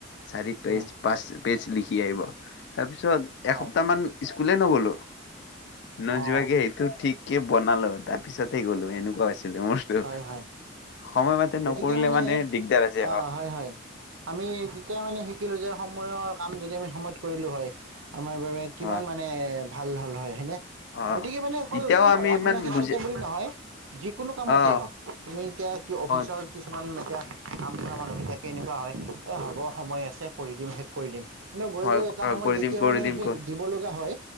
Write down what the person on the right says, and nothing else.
উম,
হয়,
অ'।
হয় হয়
গতিকে
মানে,
অ' হয়-হয়, আমি তেতিয়া মানে শিকিলোঁ যে সময়ৰ কাম যদি আমি সময়ত কৰিলোঁ হয়, আমাৰ বাবে কিমান
মানে ভাল হল হয় হয়নে,
গতিকে মানে অকল
পঢ়া
শুনাাৰ ক্ষেত্ৰতে
বুলি নহয়, যিকোনো কামত
<unintelligible> তুমি এতিয়া অফিচৰ
কিছুমান <unintelligible> এতিয়া কামকৰা মানুহবিলাকে এনেকুৱা হয়, এ হ'ব সময় আছে, কৰি দিম, শেষ কৰি দিম। <unintelligible> গৈ
গৈ
এটা সময়
যেতিয়া
মানে
সেই
দিব লগা হয়,